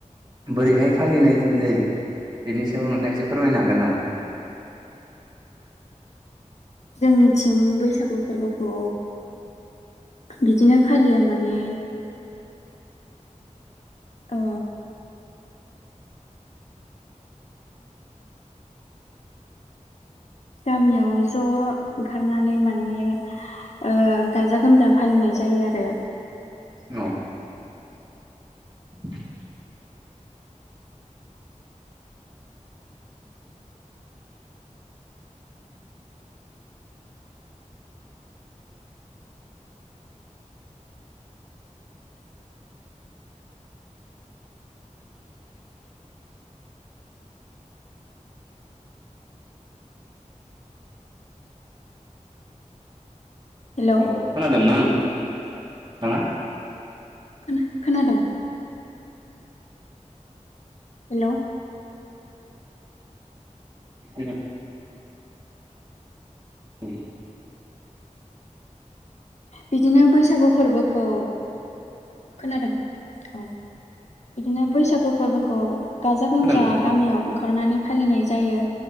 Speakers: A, on the right; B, on the left.
A: बोरैहाय फालिनाय जायो बेनि सायाव नोंथाङा एसे फोरमायनो हागोन नामा? <inaudible>
B: जोंनिथिं बैसागु फोरबोखौ बिदिनो फालियो माने औ गामियाव ज' ओंखारनानै माने ओ गाजा गोमजा फालिनाय जायो आरो
A: औ <inaudible>
B: हेलौ
A: हेलौ‌ खोनादोंना आं थाङा?
B: खोना खोनादों। हेलौ?
A: <inaudible> ओम
B: बिदिनो बैसागु फोरबोखौ खोनादों औ। बिदिनो बैसागु फोरबोखौ गाजा गोमजा
A: नोंथां
B: गामियाव ओंखारनानै फालिनाय जायो